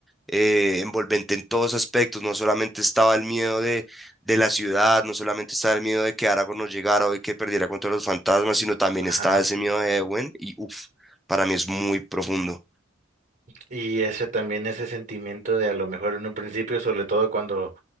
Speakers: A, in the centre; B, on the right.
A: eh, envolvente en todos aspectos. No solamente estaba el miedo de, de la ciudad, no solamente estaba el miedo de que Aragorn no llegara o de que perdiera contra los fantasmas, sino también
B: Ajá.
A: estaba ese miedo de Ewen. Y uff, para mí es muy profundo.
B: Y ese también, ese sentimiento de a lo mejor en un principio, sobre todo cuando